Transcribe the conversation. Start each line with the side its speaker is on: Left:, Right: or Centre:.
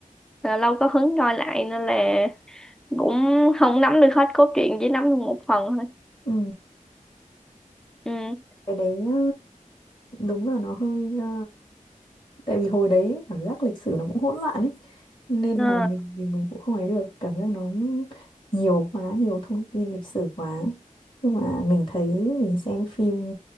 Centre: là lâu có hứng coi lại nên là cũng không nắm được hết cốt truyện chỉ nắm được một phần thôi
Left: ừ.
Centre: ừ
Left: Cái đấy ờ, đúng là nó hơi ờ, tại vì hồi đấy cảm giác lịch sử nó cũng hỗn loạn ấy nên
Centre: Ờ,
Left: là mình mình mình cũng không ấy được cảm giác nó nhiều quá nhiều thông tin lịch sử quá nhưng mà mình thấy mình xem phim